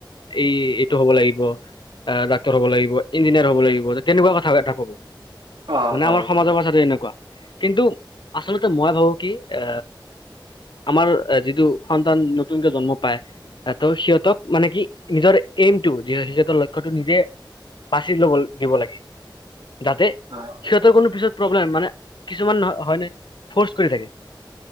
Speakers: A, on the left (about 65°); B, on the right (about 70°).
A: এই এইটো হব লাগিব আহ ডাক্তৰ হব লাগিব ইঞ্জিনিয়াৰ হব লাগিব তেনেকোৱা কথা এটা কব
B: অ'
A: মানে
B: হয়,
A: আমাৰ সমাজৰ
B: হয়,
A: কথাটো এনেকোৱা কিন্তু আচলতে মই ভাবো কি এ আমাৰ যিটো সন্তান নতুনকে জন্ম পায় ত' সিহঁতক মানে কি নিজৰ এইমটো সিহঁতৰ লক্ষ্যটো নিজে বাচি ল'ব দিব লাগে যাতে
B: হয়,
A: সিহঁতৰ কোনো পিছত প্ৰব্লেম মানে কিছুমান নহয় হয় নাই ফ'ৰ্চ কৰি থাকে